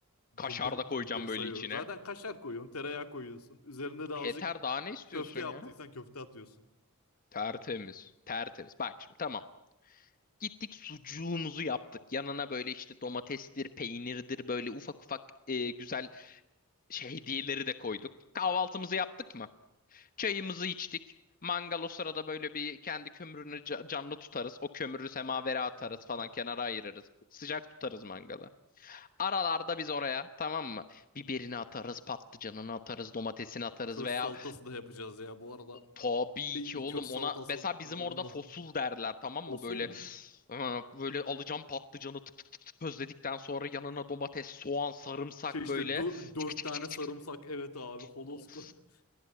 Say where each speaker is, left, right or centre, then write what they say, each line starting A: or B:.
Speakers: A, on the left; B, on the left.
A: Kaşar
B: Kumpir,
A: da koyacağım
B: kumpiri sayıyor.
A: böyle içine.
B: Zaten kaşar koyuyorsun, tereyağı koyuyorsun. Üzerine de azıcık
A: Yeter daha ne istiyorsun
B: köfte yaptıysan
A: ya?
B: köfte atıyorsun.
A: Tertemiz. Tertemiz. Bak şimdi tamam. Gittik sucuğumuzu yaptık. Yanına böyle işte domatestir, peynirdir böyle ufak ufak e, güzel şey hediyeleri de koyduk. Kahvaltımızı yaptık mı? Çayımızı içtik. Mangal o sırada böyle bir kendi kömürünü ca- canlı tutarız. O kömürü semavere atarız
B: Hı
A: falan
B: hı.
A: kenara ayırırız. Sıcak tutarız mangalı. Aralarda biz oraya tamam mı? Biberini atarız, patlıcanını atarız, domatesini atarız
B: Köz
A: veya
B: salatası da yapacağız ya bu arada.
A: tabii
B: Bir,
A: ki
B: bir
A: oğlum
B: köz salatası
A: ona mesela
B: zorunlu.
A: bizim orada fosul derler tamam
B: Osul
A: mı? Böyle
B: mu?
A: ıı, böyle alacağım patlıcanı tık tık tık tık közledikten sonra yanına domates, soğan, sarımsak
B: Şey işte
A: böyle
B: dö- dört
A: çık çık
B: tane
A: çık
B: sarımsak
A: çık.
B: evet abi holosko.
A: Of.
B: <laughs>